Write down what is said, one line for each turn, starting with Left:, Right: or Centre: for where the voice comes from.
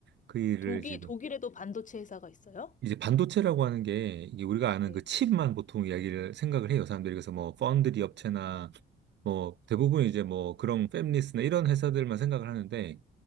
Right: 그 일을
Left: 독일,
Right: 지금
Left: 독일에도 반도체 회사가 있어요?
Right: 이제 반도체라고 하는 게 이게 우리가 아는
Left: 네.
Right: 그 칩만 보통 이야기를 생각을 해요. 사람들이 그래서 뭐 파운드리 업체나 뭐 대부분 이제 뭐 그런 팹리스나 이런 회사들만 생각을 하는데